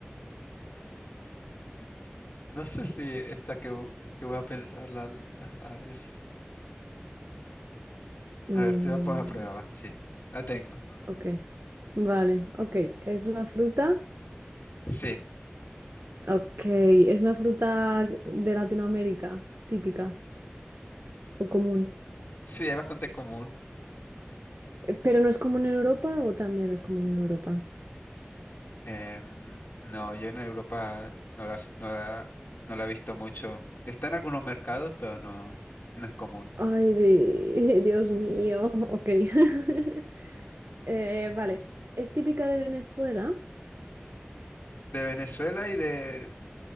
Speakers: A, on the left; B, on the right.
A: no sé si esta que, vo- que voy a pensar la, la sabes.
B: Ujú.
A: A
B: Mm,
A: ver, te voy a poner a prueba, va. Sí, la tengo.
B: ok, vale, ok. ¿Es una fruta?
A: Sí,
B: Ok, es una fruta de Latinoamérica, típica o común.
A: sí, es bastante común.
B: Eh, ¿Pero no es común en Europa o también es común en Europa?
A: Em, no, yo en Europa no la, no la, no la he visto mucho. Está en algunos mercados, pero no, no es común.
B: Ay, di- <laughs> Dios mío, ok. <laughs> Eh, vale, es típica de Venezuela.
A: De Venezuela y de...